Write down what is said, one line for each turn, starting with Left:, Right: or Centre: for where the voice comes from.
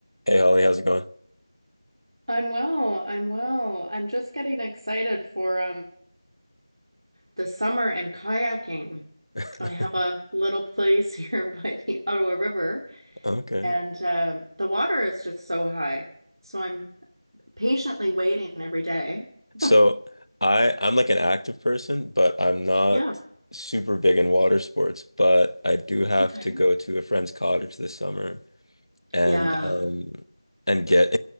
Left: Hey Holly, how's it going?
Right: I'm well. I'm well. I'm just getting excited for um the summer and kayaking.
Left: <laughs>
Right: I have a little place <laughs> here by the Ottawa River,
Left: Okay.
Right: and um, the water is just so high. So I'm patiently waiting every day. <laughs>
Left: So I I'm like an active person, but I'm not
Right: Yeah.
Left: super big in water sports, but I do have
Right: Okay.
Left: to go to a friend's cottage this summer and
Right: Yeah.
Left: um and get